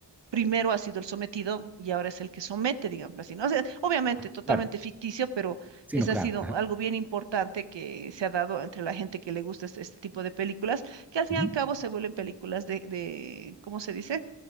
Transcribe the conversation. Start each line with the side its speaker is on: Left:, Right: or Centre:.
Right: primero ha sido el sometido y ahora es el que somete, digamos así, ¿no? O sea, obviamente
Centre: Ajá,
Right: totalmente
Centre: claro,
Right: ficticio, pero
Centre: sí,
Right: ese
Centre: no, claro.
Right: ha sido
Centre: Ajá,
Right: algo bien importante que se ha dado entre la gente que le gusta este, este tipo de películas, que al fin
Centre: uh-huh,
Right: y al cabo se vuelven películas de, de, ¿cómo se dice?